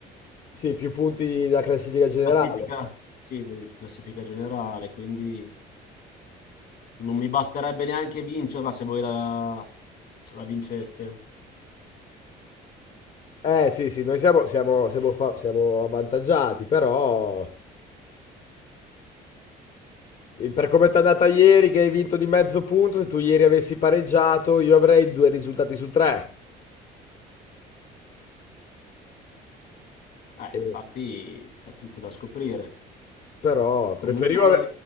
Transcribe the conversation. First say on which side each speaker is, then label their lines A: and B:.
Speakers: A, on the left; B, on the left.
A: Sì, più punti della classifica generale.
B: Classifica. Sì, della classifica generale, quindi non mi basterebbe neanche vincerla se voi la, la vinceste.
A: Eh sì, sì, noi siamo, siamo- siamo fa- siamo avvantaggiati, però per come ti è andata ieri che hai vinto di mezzo punto, se tu ieri avessi pareggiato io avrei due risultati su tre.
B: Eh,
A: E-
B: infatti è tutto da scoprire.
A: però
B: Comunque,
A: preferivo aver,